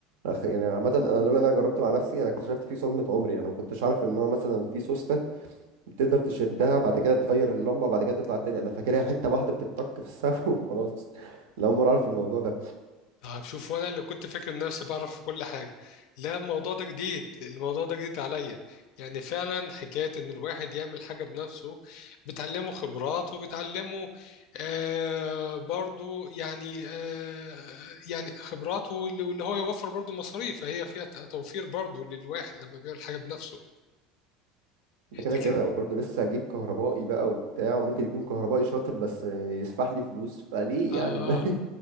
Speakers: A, on the right (about 80°); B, on the left (about 65°).
A: أخ- يعني عامه انا لولا إن انا جربت مع نفسي انا اكتشفت فيه صدمه عمري انا ما كنتش عارف ان هو مثلا في سوست تقدر تشدها بعد كده تغير اللمبه بعد كده تطلع تاني انا فاكرها حته واحده بتتطك في السقف <laughs> وخلاص لا عمري اعرف الموضوع ده
B: طيب شوف وانا اللي كنت فاكر نفسي بعرف في كل حاجه لا الموضوع ده جديد الموضوع ده جديد عليا يعني فعلا حكايه ان الواحد يعمل حاجه بنفسه بتعلمه خبرات وبتعلمه آه برضو يعني آه يعني خبرات واللي واللي هو يوفر برضو مصاريف فهي فيها توفير برضو للواحد لما بيعمل حاجه بنفسه
A: ده كده
B: لكن
A: كده برضه لسه هجيب كهربائي بقى وبتاع وممكن يكون كهربائي شاطر بس يسفح لي فلوس فليه
B: آه
A: يعني <laughs> ما,
B: آه